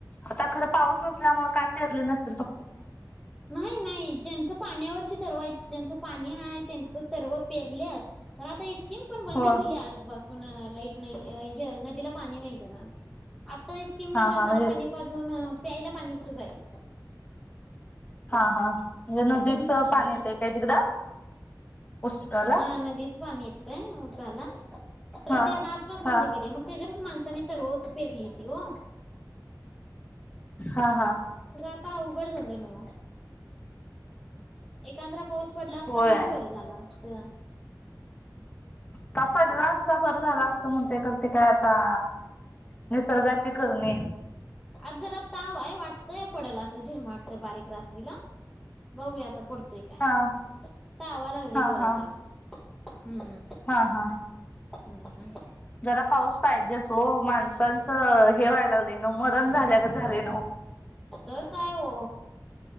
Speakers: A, on the left; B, in the centre.
A: आता खरं पाऊस नसल्यामुळे काय. पेरले नस.
B: <unintelligible> नाही नाही ज्यांचं पाण्यावर तरव आहेत ज्यांचं पाणी आहे त्यांच तरव पेरले तर आता. स्कीम पण बंद
A: हो
B: केली आजपास तून लाईट. नाही य नदीला पाणी नाही दे ना. आता सस्कीम
A: हा
B: न शेताला
A: हा म्हणजे
B: पाणी पाजून प्यायला. पाणी कुठ जायच?
A: हां हां नदीच
B: असं पण प्रश्न
A: पाणी
B: आहे.
A: येत आय काय तिकडं. उसळला
B: हा नदीच पाणी येतंय उसाला तर
A: हा
B: ते आजपासून
A: हा
B: होत की रे मग त्याच्यावरच माणसानी तरवस पेरली ती हो.
A: हा हा
B: आता अवघड झालं ना म एककांद्र पाऊ. पडला असता
A: होय
B: म्हणजे बर झालं असत.
A: का पडला असता बरं झाल असत म्हणतोय खर ते काय आता निसर्गाची करणी.
B: आज जरा ताव आहे, वाटतंय पडल असं झीरमाट तर बारीक रात्रीला. बघूया आता पडतोय काय
A: हा
B: तावा लागलंय
A: हा
B: बरंच
A: हा
B: आज. हम्म.
A: हा हा
B: हम्म हम्म.
A: जरा पाऊस पाहिजेच वो माणसांचं हे व्हायला लागलंय न मरण झाल्या गत झालय नव्ह.
B: तर काय वो